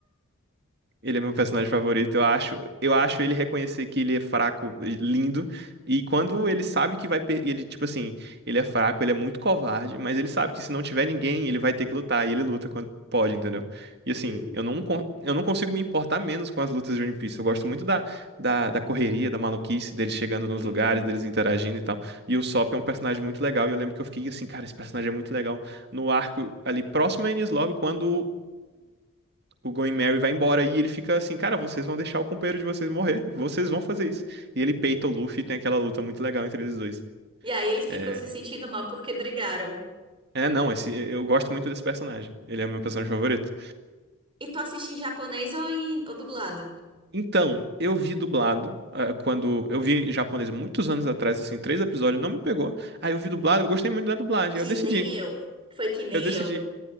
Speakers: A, on the right; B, on the right.
A: Ele é meu personagem favorito, eu acho. Eu acho ele reconhecer que ele é fraco, e lindo. E quando ele sabe que vai per- ele, tipo assim, ele é fraco, ele é muito covarde, mas ele sabe que se não tiver ninguém, ele vai ter que lutar. E ele luta quando pode, entendeu? E assim,
B: Hum,
A: eu não, con- eu não consigo me importar menos com as lutas de One Piece. Eu gosto muito da, da, da correria, da maluquice, deles chegando nos
B: Uhum.
A: lugares, deles interagindo e tal. E o Sop é um personagem muito legal. E eu lembro que eu fiquei assim, cara, esse personagem é muito legal. No arco ali próximo a Enies Lobby, quando o Going Mary vai embora e ele fica assim, cara, vocês vão deixar o companheiro de vocês morrer, vocês vão fazer isso. E ele peita o Luffy e tem aquela luta muito legal entre eles dois.
B: E aí eles ficam
A: É,
B: se sentindo mal porque brigaram.
A: é não, esse eu gosto muito desse personagem. Ele é o meu personagem favorito.
B: E tu assiste em japonês ou em ou dublado?
A: Então, eu vi dublado ah, quando eu vi em japonês muitos anos atrás, assim, três episódios, não me pegou. Aí eu vi dublado, eu gostei muito da dublagem.
B: Que
A: Aí Eu decidi,
B: nem eu. Foi que nem
A: eu decidi,
B: eu.